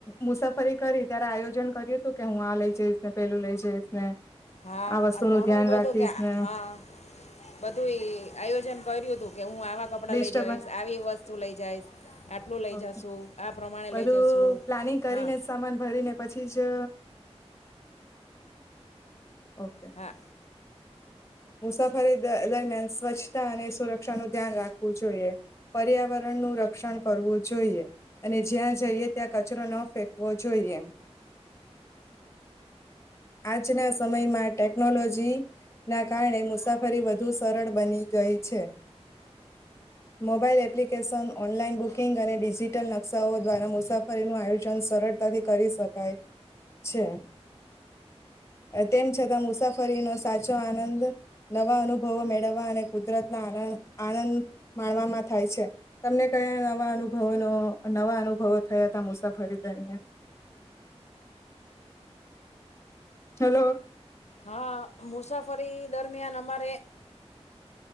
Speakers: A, on the left (about 25°); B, on the left (about 80°).
A: મુસાફરી કરી ત્યારે આયોજન કર્યું હતું કે હું આ લઈ જઈશ ને પેલું લઈ જઈશ ને
B: હા
A: વસ્તુનું
B: આ ઘણું
A: ધ્યાન
B: બધું
A: રાખીશ
B: કે
A: ને
B: હા બધું આયોજન કર્યું હતું. કે હું આવાં કપડાં
A: લિસ્ટ
B: લઈ જઈશ આવી વસ્તુ લઈ જઈશ આટલું લઈ
A: ઓકે.
B: જશું આ પ્રમાણે
A: બધું
B: લઈ જશું
A: પ્લાનિંગ કરીને
B: હા.
A: જ સામાન ભરીને પછી જ ઓકે.
B: હા
A: મુસાફરી દરમિયાન સ્વચ્છતા અને સુરક્ષાનું ધ્યાન રાખવું જોઈએ પર્યાવરણનું રક્ષણ કરવું જોઈએ, અને જ્યાં જઈએ, ત્યાં કચરો ન ફેકવો જોઈએ, આજના સમયમાં ટેકનોલોજી ના કારણે મુસાફરી વધુ સરળ બની ગઈ છે મોબાઈલ એપ્લિકેશન ઓનલાઈન બુકિંગ અને ડિજીિટલ નકશાઓ દ્વારા મુસાફરીનું આયોજન સરળતાથી કરી શકાય છે તેમ છતાં મુસાફરીનો સાચો આનંદ નવા અનુભવો મેળવવા અને કુદરતના આન આનંદ માણવામાં થાય છે તમને કયા નવા અનુભવોનો નવા અનુભવો થયા હતા મુસાફરી દરિયાન? હલો.
B: હા મુસાફર દરમિયાન અમારે <inaudible>